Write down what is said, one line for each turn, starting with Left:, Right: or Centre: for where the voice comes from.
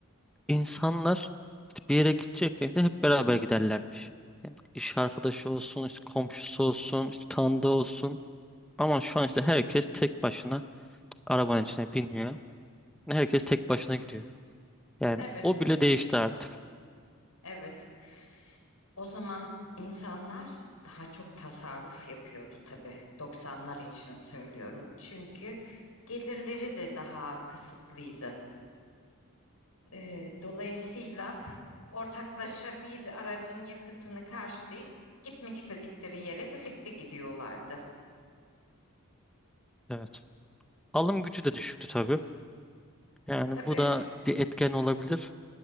Centre: İnsanlar işte bir yere gidecekken de hep beraber giderlermiş. Yani iş arkadaşı olsun, işte komşusu olsun, işte tanıdığı olsun. Ama şu an işte herkes tek başına arabanın içine biniyor. Herkes tek başına gidiyor. Yani
Left: Evet,
Centre: o bile değişti artık.
Left: evet. O zaman insanlar daha çok tasarruf yapıyordu tabii. 90'lar için söylüyorum. Çünkü gelirleri de daha kısıtlıydı. Ee, dolayısıyla ortaklaşa bir aracın yakıtını karşılayıp gitmek istedikleri yere birlikte gidiyorlardı.
Centre: Evet. Alım gücü de düşüktü tabii. Yani
Left: Tabii,
Centre: bu da bir etken olabilir.